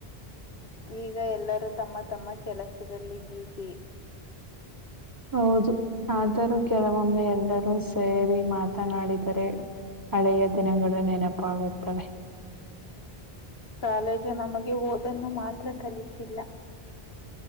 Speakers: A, on the left; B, on the right.
A: ಈಗ ಎಲ್ಲರೂ ತಮ್ಮ ತಮ್ಮ ಕೆಲಸದಲ್ಲಿ ಬ್ಯೂಸಿ
B: ಹೌದು ಆದರೂ ಕೆಲವೊಮ್ಮೆ ಎಲ್ಲರೂ ಸೇರಿ ಮಾತನಾಡಿದರೆ ಹಳೆಯ ದಿನಗಳು ನೆನಪ ಆಗುತಾವೇ
A: ಕಾಲೇಜು ನಮಗೆ ಹಓದನ್ನು ಮಾತ್ರ ಕಲಿಸಿಲ್ಲ.